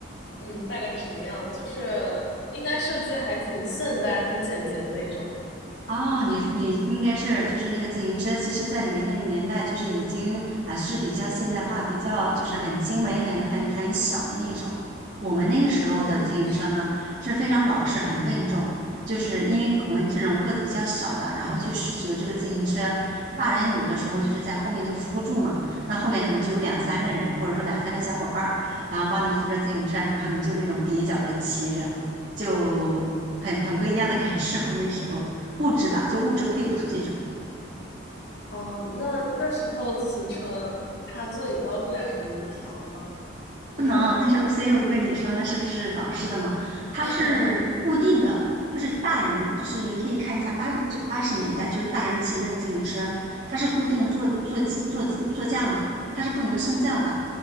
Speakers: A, on the left; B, on the right.
A: 嗯，大概是什么样。就是应该设计还挺现代、挺简洁的那种。
B: 哦，你你应该是就是那个自行车，其实在你们那个年代，就是已经还是比较现代化，比较就是很精美、很很很小的那一种。我们那个时候的自行车呢，
A: 嗯，是。
B: 是非常老式、很笨重，就是因为我们这种个子比较小的，然后去学这个自行车，大人有的时候就是在后面就扶不住嘛，那后面可能就有两三个人，或者说两三个小伙伴儿，然后帮你扶着自行车，然后你就那种蹩脚着骑着，就很很不一样的感受那时候。物质吧，
A: 哦，
B: 就物质匮乏这种
A: 哦，那那时候自行车它座椅高度呀什么能调吗？就是，
B: 不能。但是我所以我问你说，那是不是老式的嘛？它是固定的，
A: <laughs>
B: 就是大人，就是你可以看一下八零就八十年代，就是大人骑那个自行车，它是固定的坐坐机坐姿座驾嘛，它是不能升降的。
A: 哦